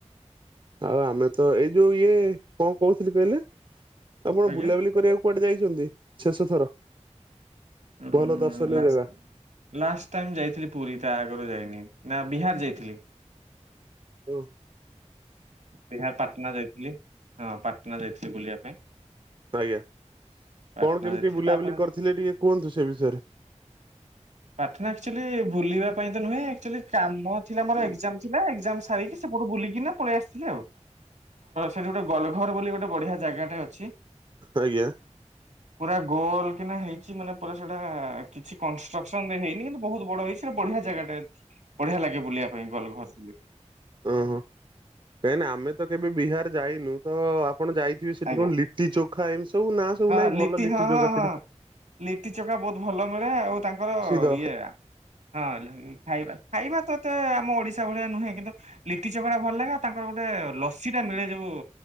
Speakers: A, on the right (about 40°); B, on the right (about 80°).
A: ଆଉ ଆମେ ତ ଏଇ ଯୋଉ ଇଏ କଣ କହୁଥିଲି କହିଲେ? ଆପଣ
B: ଆଜ୍ଞା
A: ବୁଲାବୁଲି କରିବାକୁ କୁଆଡେ ଯାଇଛନ୍ତି ଶେଷ ଥର?
B: ଉଁ
A: ଭଲ ଦର୍ଶନୀୟ
B: ଲାଷ୍ଟ
A: ଜାଗା?
B: ଲାଷ୍ଟ ଟାଇମ ଯାଇଥିଲି ପୁରୀ ତା ଆଗରୁ ଯାଇନି। ନା ବିହାର ଯାଇଥିଲି।
A: ଓ।
B: ବିହାର ପାଟନା ଯାଇଥିଲି, ହଁ ପାଟନା ଯାଇଥିଲି ବୁଲିବା ପାଇଁ।
A: ଆଜ୍ଞା
B: ପାଟନା
A: କଣ କେମିତି
B: ଯାଇଥିଲି
A: ବୁଲାବୁଲି
B: ତାପରେ
A: କରିଥିଲେ ଟିକେ କୁହନ୍ତୁ ସେ ବିଷୟରେ।
B: <inaudible> ପାଟନା ଆକଚୁଆଲି ବୁଲିବା ପାଇଁ ତ ନୁହେଁ ଆକଚୁଆଲି କାମ ଥିଲା ମୋର ଏକ୍ଜାମ ଥିଲା ଏକ୍ଜାମ ସାରିକି ସେପଟୁ ବୁଲିକିନା ପଳେଇ ଆସିଥିଲେ ଆଉ। ସେଠି ଗୋଟେ ଗଲଘର ବୋଲି ଗୋଟେ ବଢିଆ ଜାଗାଟା ଅଛି
A: ଆଜ୍ଞା
B: ପୁରା ଗୋଲ କିନା ହେଇଚି ମାନେ ପୁରା ସେଟା କିଛି କନଷ୍ଟ୍ରକ୍ସନ୍ ରେ ହେଇନି, କିନ୍ତୁ ବହୁତ୍ ବଡ ହେଇଚି ସେଟା ବଢିଆ ଜାଗାଟା। ବଢିଆ ଲାଗେ ବୁଲିବା ପାଇଁ। <unintelligible>
A: ଓହୋ। କାହିଁକି ନା ଆମେ ତ କେବେ ବିହାର ଯାଇନ। ତ ଆପଣ ଯାଇଥିବେ ସେଠି
B: ଆଜ୍ଞା
A: କଣ ଲିଟି ଚୋଖା ଏମ୍ସ ସବୁ ନା ସବୁ
B: ହଁ
A: ନାଇଁ ଭଲ ଲିଟି
B: ହଁ
A: ଚୋଖା
B: ହଁ
A: ସେଠି।
B: ହଁ। ଲିଟି ଚୋଖା ବହୁତ ଭଲ ମିଳେ। ଆଉ ତାଙ୍କର
A: ପ୍ରସିଦ୍ଧ
B: ଇଏ ହଁ ଖାଇବା ଖାଇବା ଏତେ ଆମ ଓଡିଶା ଭଳିଆ ନୁହେଁ। କିନ୍ତୁ ଲିଟି ଚୋଖା ଟା ଭଲ ଲାଗେ। ତାଙ୍କର ଗୋଟେ ଲସି ଟା ମିଳେ ଯୋଉ